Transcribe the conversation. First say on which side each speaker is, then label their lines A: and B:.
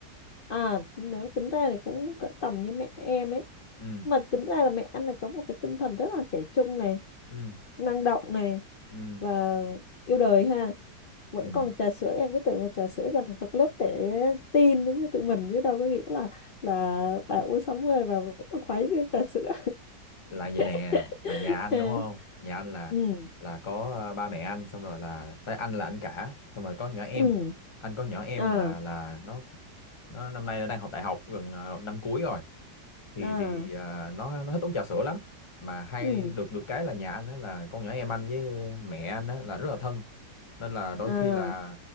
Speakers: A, on the left; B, on the left.
A: à, nếu tính ra thì cũng cỡ tầm như mẹ em ấy.
B: ừ.
A: Mà tính ra là mẹ anh này có một cái tinh thần rất là trẻ trung này,
B: Ừ.
A: năng động này
B: Ừ.
A: và yêu đời ha. vẫn
B: Ừ.
A: còn trà sữa em cứ tưởng là trà sữa dành cho lớp trẻ teen giống như tụi mình chứ đâu có nghĩ là là bà u 60 và vẫn còn khuấy cái trà sữa
B: là vậy nè
A: <laughs>
B: là nhà anh
A: à,
B: đúng không nhà anh là
A: ừ
B: là có ờ, ba mẹ anh xong rồi là tới anh là anh cả xong rồi có nhỏ em
A: ừ
B: anh có nhỏ em
A: à
B: là là nó nó năm nay nó đang học đại học gần ờ, năm cuối rồi thì
A: à
B: thì à, nó nó thích uống trà sữa lắm mà hay
A: ừ
B: được được cái là nhà anh á là con nhỏ em anh với mẹ anh á là rất là thân nên là đôi
A: à
B: khi là